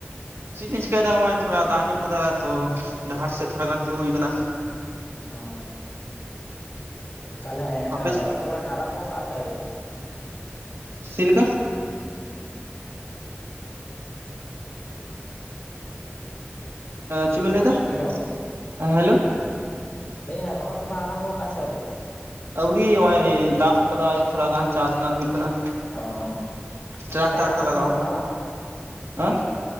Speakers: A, on the right; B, on the left.
A: ᱪᱮᱫ ᱤᱧ ᱪᱤᱠᱟᱹᱭᱮᱫᱟ ᱱᱚᱜ ᱚᱭ ᱛᱷᱚᱲᱟ ᱫᱟᱜ ᱧᱚᱜ ᱠᱮᱫᱟ ᱛᱚ ᱰᱟᱦᱟᱨ ᱥᱮᱫ ᱛᱷᱚᱲᱟ ᱜᱟᱱ ᱛᱳᱫ ᱦᱩᱭᱩ ᱟᱠᱟᱱᱟ᱾
B: ᱚ ᱛᱟᱦᱚᱞᱮ
A: ᱟᱯᱮ
B: ᱨᱚᱦᱚᱭ ᱠᱚᱵᱚᱱ ᱟᱨᱟᱢᱵᱚ ᱠᱟᱜᱼᱟ ᱥᱮ ᱟᱣᱨᱤ?
A: ᱪᱮᱞᱠᱟ? ᱪᱮᱫ ᱵᱮᱱ ᱞᱟᱹᱭᱫᱟ
B: ᱦᱮᱞᱳ
A: ᱦᱮᱸ ᱦᱮᱞᱳ
B: ᱦᱮᱸ ᱨᱚᱦᱚᱭ ᱠᱚᱵᱟᱝ ᱟᱨᱟᱢᱵᱚ ᱟᱠᱟᱜᱼᱟ ᱥᱮ ᱟᱹᱨᱤ?
A: ᱟᱹᱣᱨᱤ ᱱᱚᱜ-ᱚᱭ ᱫᱟᱜ ᱠᱟᱫᱟᱭ ᱛᱷᱚᱲᱟ ᱜᱟᱱ ᱪᱟᱥ ᱜᱟᱱ ᱦᱩᱭᱩᱜ ᱠᱟᱱᱟ᱾
B: ᱚ
A: ᱴᱨᱟᱠᱴᱟᱨ
B: ᱪᱟᱨᱟ
A: ᱠᱚ
B: ᱠᱚᱫᱚ
A: ᱞᱟᱜᱟᱣ
B: ᱦᱳᱭ ᱠᱟᱱᱟ ᱵᱟᱝ
A: ᱦᱮᱸ